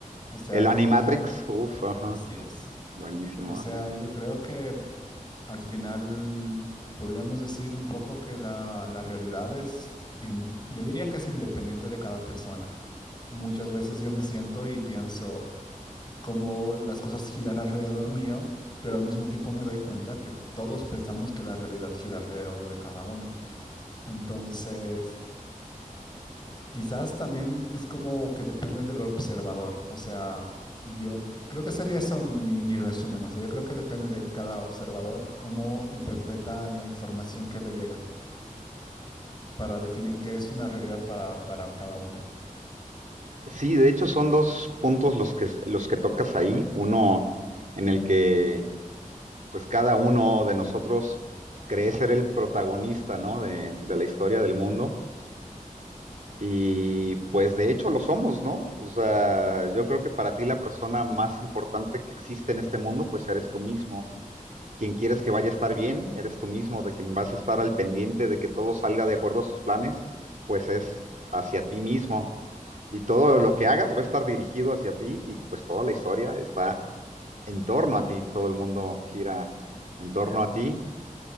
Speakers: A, on the left (about 30°); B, on the right (about 65°).
A: O sea,
B: El
A: al
B: Animatrix,
A: final,
B: uff, ajá.
A: así es.
B: Buenísimo,
A: O sea,
B: ajá.
A: yo creo que Al final, podríamos decir un poco que la, la realidad es, in- yo diría que es independiente de cada persona. Muchas veces yo me siento y pienso cómo las cosas giran alrededor mío, pero al mismo tiempo me doy cuenta que todos pensamos que la realidad gira alrededor de cada uno. Entonces, Quizás también es como que depende del observador. O sea, yo creo que sería eso mi, mi resumen. O sea, yo creo que depende de cada observador cómo interpreta la información que le llega para definir qué es una realidad para, para cada una.
B: Sí, de hecho son dos puntos los que, los que tocas ahí. Uno en el que pues cada uno de nosotros cree ser el protagonista, ¿no? De, de la historia del mundo. Y pues de hecho lo somos, ¿no? O sea, yo creo que para ti la persona más importante que existe en este mundo, pues eres tú mismo. Quien quieres que vaya a estar bien, eres tú mismo. De quien vas a estar al pendiente de que todo salga de acuerdo a sus planes, pues es hacia ti mismo. Y todo lo que hagas va a estar dirigido hacia ti y pues toda la historia está en torno a ti. Todo el mundo gira en torno a ti